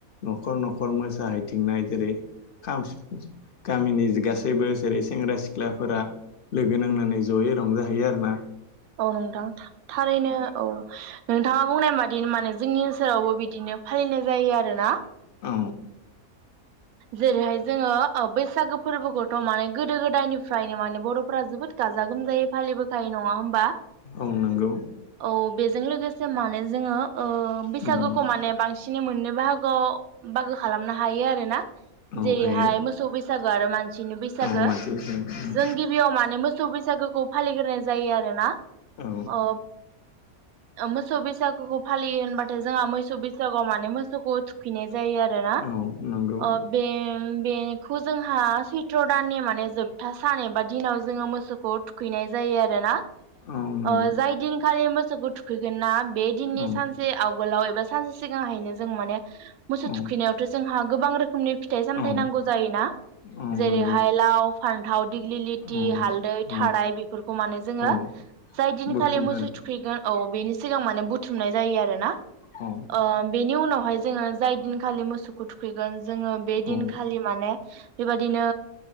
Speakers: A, on the left; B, on the right.
A: न'खर- न'खर मोसाहैथिंनाय जेरै खाम, सिफुं गामिनि गासैबो जेरै सेंग्रा -सिख्लाफोरा लोगो नांनानै जयै रंजाहैयो आरो ना।
B: औ नोंथां थारैनो, औ नोंथाङा बुंनाय माने बिदिनो माने जोंनि ओनसोलावबो बिदिनो फालिनाय जायो आरो ना।
A: औ।
B: जेरैहाय जोङो बैसागो फोरबोखौथ' माने गोदो- गोदायनिफ्रायनो माने बर'फोरा जोबोद गाजा- गोमजायै फालिबोखायो नङा होमबा?
A: औ नंगौ।
B: औ बेजों लोगोसे माने जोङो अ बैसागुखौ
A: उम
B: माने बांसिन मोननै बाहागोआव बाहागो खालामनो हायो आरो। <unintelligible>
A: औ
B: जेरैहाय
A: हायो
B: मोसौ बैसागो आरो मानसिनि बैसागो
A: औ मानसि बैसागु
B: जों गिबियाव माने मोसौ बैसागोखौ फालिग्रोनाय जायो आरोना।
A: औ
B: अ। मोसौ बैसागुखौ फालियो होनबाथाय जोंहा मोसौ बैसागुआव माने मोसौखौ थुखैनाय जायो। जायो आरोना।
A: औ नंगौ
B: अ बे- बेखौ जोंहा सैथ्र' दाननि माने जोबथा सान एबा दिनाव जोङो मोसौखौ थुखैनाय जायो आरोना,
A: औ नंगौ
B: ओ जाय दिनखालि <unintelligible> <unintelligible> थुखैगोन ना। बे दिननि
A: औ
B: सानसेआव आगोलाव एबा सानसे सिगांहायनो जों माने मोसौ
A: औ
B: थुखैनायावथ' जोंहा गोबां रोखोम <unintelligible> फिथाइ -सामथायाइ
A: औ
B: नांगौ जायोना
A: औ
B: जेरैहाय
A: नंगौ
B: लाव फान्थाव बिग्लि-लिथि
A: औ
B: हालदै थाराय
A: औ
B: बेफोरखौ माने जोङो
A: औ
B: जाय दिनखालि
A: बुथुम
B: मोसौ
A: आरो
B: थुखैगोन औ बेनि सिगां माने बुथुमनाय जायो आरो ना।
A: औ
B: अ बेनि उनाव हाय जोङो जाय दिनखालि मोसौखौ थुखैगोन जोङो बे दिनखालि
A: औ
B: माने बेबदिनो